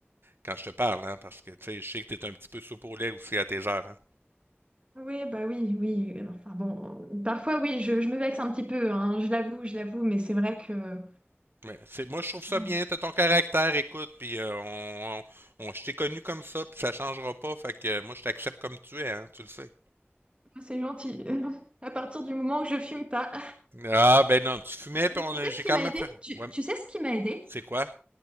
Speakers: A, on the right; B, on the right.
A: quand je te parle, hein, parce que, tu sais, je sais que t'es un petit peu soupe au lait aussi à tes heures, hein.
B: Oui, bah oui, oui. euh, Enfin bon, euh, parfois oui, je, je me vexe un petit peu, hein, je l'avoue, je l'avoue, mais c'est vrai que
A: Mais c'est, moi, je trouve ça
B: voilà.
A: bien, t'as ton caractère, écoute, puis euh, on, on, on- je t'ai connu comme ça, puis ça changera pas, fait que euh, moi, je t'accepte comme tu es, hein, tu le sais.
B: Moi, c'est gentil. <laughs> À partir du moment où je fume pas.
A: Ah, ben non, tu fumais, puis
B: Mais
A: on
B: tu
A: a-
B: sais
A: j'ai
B: ce qui
A: quand
B: m'a
A: même
B: aidé?
A: fait.
B: Tu,
A: Ouais,
B: tu sais ce qui m'a aidé?
A: c'est quoi?